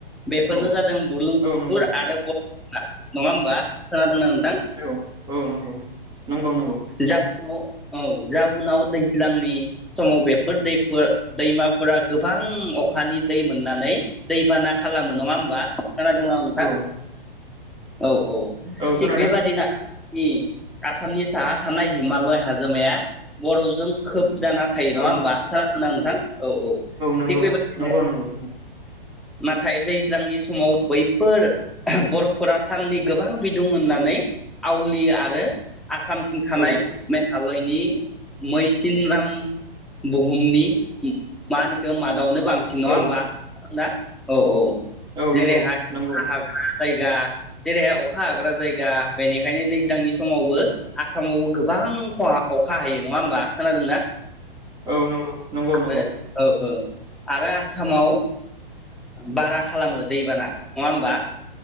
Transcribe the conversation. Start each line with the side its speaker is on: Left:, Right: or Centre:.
Centre: बेफोरनो
Right: औ
Centre: जादों बुलुंबुथुर
Right: औ नंगौ
Centre: आरो नङा होमबा खोनादों ना
Right: औ औ नंगौ नंगौ नंगौ
Centre: जावनाव औ जावनाव दैज्लांनि समाव बेफोर दैफोर दैमाफोरा गोबां अखानि दै मोननानै दैबाना खालामो नङा होमबा खोनादों ना नोंथां
Right: औ
Centre: औ औ
Right: औ
Centre: थिक
Right: खोनादों
Centre: बेबादिनो <unintelligible> आसामनि साहा थानाय हिमालय हाजोमाया बर'जों खोब जाना थायो नङा
Right: औ
Centre: होमबा खोना नोंथां औ औ
Right: नंगौ
Centre: थिग बेबायदिनो
Right: नंगौ नंगौ
Centre: नाथाय दैज्लांनि समाव बैफोर बरफफोरा साननि गोबां बिदुं होननानै आवलियो आरो आसामथिं थानाय
Right: औ
Centre: मे घालयनि मैसिनराम बुहुमनि मा होनो बेखौ दावनो बांसिन नङा
Right: औ
Centre: होमबा ना औ औ
Right: औ
Centre: जेरैहाय
Right: नंगौ नंगौ
Centre: हाग्रा जायगा जेरैहाय अखा हाग्रा जायगा बेनिखायनो दैज्लांनि समावबो आसामावबो गोबां खहा अखा हायो नङा होमबा खोनादोंना
Right: औ नंगौ नंगौ
Centre: आरो
Right: नंगौ
Centre: औ आरो आसामाव बारा खालामो दैबाना नङा होमबा